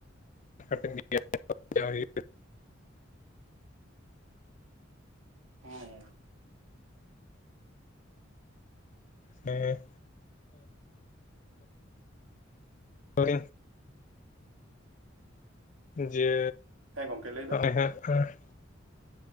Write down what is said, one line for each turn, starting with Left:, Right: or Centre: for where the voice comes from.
Left: <inaudible> ᱦᱩᱭ
Right: ᱦᱮᱸ
Left: ᱦᱮᱸ ᱦᱤᱭᱻ ᱡᱮ
Right: ᱦᱮᱸ ᱜᱚᱝᱠᱮ ᱞᱟᱹᱭ
Left: ᱱᱚᱜᱼᱚᱭ
Right: ᱵᱮᱱ
Left: ᱦᱟᱸᱜ